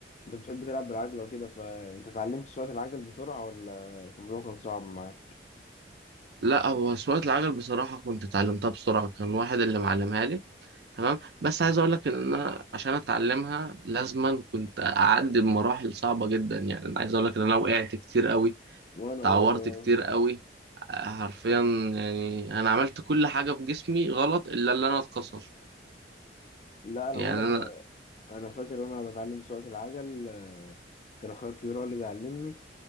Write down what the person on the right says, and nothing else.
لا هو سواقة العجل بصراحة كنت اتعلمتها بسرعة كان واحد اللي معلمها لي تمام بس عايز أقول لك إن أنا عشان أتعلمها لازما كنت أعدي بمراحل صعبة جدا يعني أنا عايز أقول لك إن أنا وقعت كتير أوي
اتعورت
كتير قوي حرفيا يعني انا عملت كل حاجة في جسمي غلط الا اللي انا اتكسر
يعني
انا